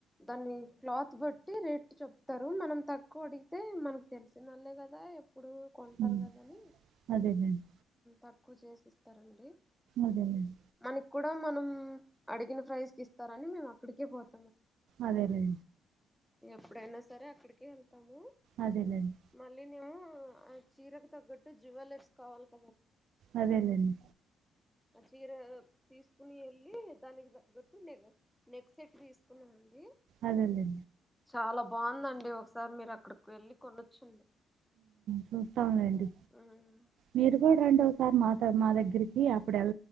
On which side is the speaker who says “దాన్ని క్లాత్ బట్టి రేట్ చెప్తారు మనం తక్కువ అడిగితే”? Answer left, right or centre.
Centre